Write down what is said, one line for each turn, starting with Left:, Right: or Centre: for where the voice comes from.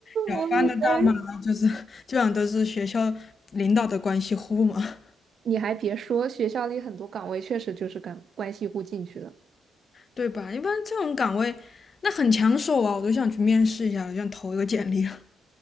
Left: 舀饭的大妈，
Right: 我以为，
Left: 就是基本上都是学校领导的关系户嘛，
Right: 你还别说，学校里很多岗位确实就是干关系户进去的，
Left: 对吧？一般这种岗位，那很抢手啊，我都想去面试一下我想投一个简历了